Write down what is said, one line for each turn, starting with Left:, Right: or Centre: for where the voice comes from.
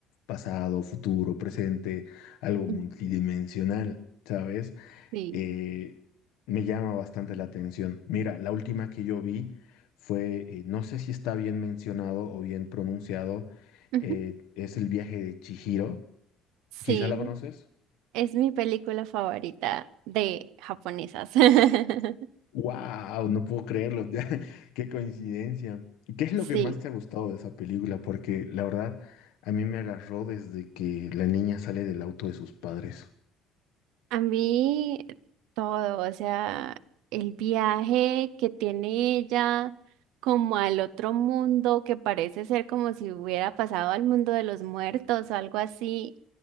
Left: pasado, futuro, presente, algo multidimensional,
Right: Ujú.
Left: ¿sabes?
Right: Sí.
Left: eh, me llama bastante la atención. Mira, la última que yo vi fue, eh, no sé si está bien mencionado o bien pronunciado,
Right: Ujú.
Left: eh, es el viaje de Chihiro.
Right: Sí,
Left: Quizá la conoces.
Right: es mi película favorita de japonesas. <laughs>
Left: ¡Wow! No puedo creerlo. <laughs> ¡Qué coincidencia! ¿Qué es lo
Right: Sí.
Left: que más te ha gustado de esa película? Porque la verdad, a mí me agarró desde que la niña sale del auto de sus padres.
Right: A mí todo, o sea, el viaje que tiene ella como al otro mundo, que parece ser como si hubiera pasado al mundo de los muertos o algo así,